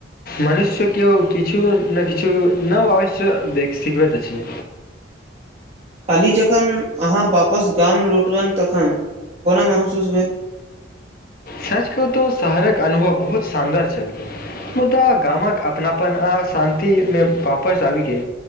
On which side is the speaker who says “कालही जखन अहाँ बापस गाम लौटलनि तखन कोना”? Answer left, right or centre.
Right